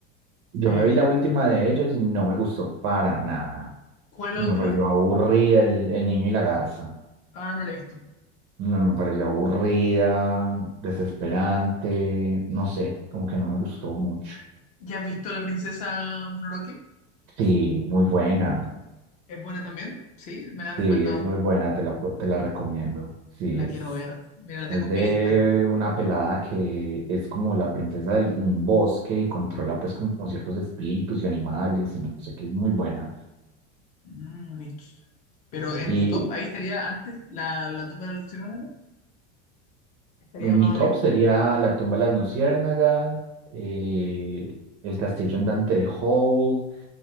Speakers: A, on the right; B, on the left.
A: yo
B: Eh,
A: me vi la última de ellos y no me gustó para nada.
B: ¿cuál es la
A: Me
B: última?
A: pareció aburrida el, el niño y la garza.
B: Ah, no la he visto.
A: No, me pareció aburrida, desesperante, no sé, como que no me gustó mucho.
B: ¿Ya has visto La Princesa Mononoke?
A: Sí, muy buena.
B: ¿Es buena también? Sí, me la han
A: Sí,
B: recomendado.
A: es muy buena, te la, pu- te la recomiendo. Sí,
B: La
A: es,
B: quiero ver. Mira, la tengo
A: es
B: en
A: de
B: mi lista.
A: una pelada que es como la princesa de un bosque y controla pues como ciertos espíritus y animales y no sé qué, es muy buena.
B: Mm, bitch. Pero en
A: Y
B: tu top, ahí estaría antes la, la tumba de la luciérnaga. Estaría
A: en
B: más
A: mi top
B: arriba.
A: sería La tumba de las luciérnagas, eh, El castillo andante de Howl